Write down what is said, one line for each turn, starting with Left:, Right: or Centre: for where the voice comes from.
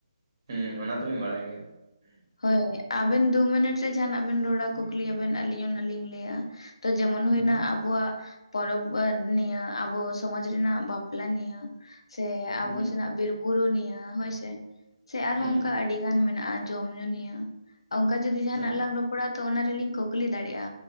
Right: ᱦᱩᱸ ᱚᱱᱟ ᱛᱚᱞᱤᱧ ᱵᱟᱲᱟᱭ ᱜᱮᱭᱟ᱾
Left: ᱦᱳᱭ ᱦᱳᱭ ᱟᱵᱮᱱ ᱫᱩ ᱢᱤᱱᱤᱴ ᱨᱮ ᱡᱟᱦᱟᱸᱱᱟᱜ ᱵᱮᱱ ᱨᱚᱲᱟ ᱠᱩᱠᱞᱤ ᱟᱵᱮᱱ ᱟᱹᱞᱤᱧ ᱚᱱᱟ ᱞᱤᱧ ᱞᱟᱹᱭᱟ᱾ ᱛᱚ ᱡᱮᱢᱚᱱ ᱦᱩᱭᱱᱟ
Right: ᱦᱩᱸ
Left: ᱟᱵᱚᱣᱟᱜ ᱯᱚᱨᱚᱵᱽ ᱱᱤᱭᱟᱹ ᱟᱵᱚ ᱥᱚᱢᱟᱡᱽ ᱨᱮᱱᱟᱜ ᱵᱟᱯᱞᱟ ᱱᱤᱭᱟᱹ ᱥᱮ
Right: ᱦᱩᱸ
Left: ᱟᱵᱚ ᱥᱮᱱᱟᱜ ᱵᱤᱨ ᱵᱩᱨᱩ ᱱᱤᱭᱟᱹ ᱦᱳᱭᱥᱮ, ᱥᱮ ᱟᱨᱦᱚᱸ
Right: ᱦᱩᱸ
Left: ᱚᱱᱠᱟ ᱟᱹᱰᱤ ᱜᱟᱱ ᱢᱮᱱᱟᱜᱼᱟ ᱡᱚᱢ ᱧᱩ ᱱᱤᱭᱟᱹ᱾ ᱚᱝᱠᱟ ᱡᱚᱫᱤ ᱡᱟᱦᱟᱸᱱᱟᱜ
Right: ᱦᱩᱸ
Left: ᱞᱟᱝ ᱨᱚᱯᱚᱲᱟ ᱛᱚ ᱚᱱᱟ ᱨᱮᱞᱤᱧ ᱠᱩᱠᱞᱤ ᱫᱟᱲᱮᱜᱼᱟ᱾